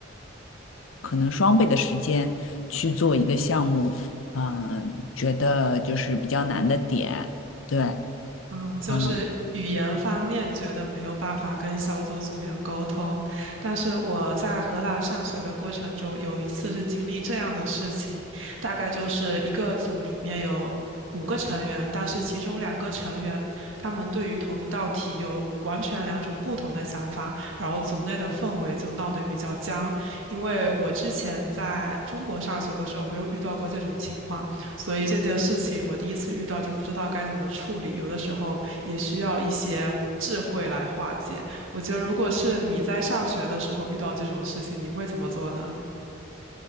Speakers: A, on the left (about 90°); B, on the right (about 80°).
A: 可能双倍的时间去做一个项目，嗯、觉得就是比较难的点。对，
B: 啊，就是语言方面觉得没有办法跟小组组员沟通，
A: 嗯。
B: 但是我在荷兰上学的过程中，有一次是经历这样的事情，大概就是一个组里面有五个成员，但是其中两个成员他们对于同一道题有完全两种不同的想法，然后组内的氛围就闹得比较僵，因为我之前在中国上学的时候没有遇到过这种情况。所以这件事情我第一次遇到就不知道该怎么处理，有的时候也需要一些智慧来化解。我觉得如果是你在上学的时候遇到这种事情，你会怎么做呢？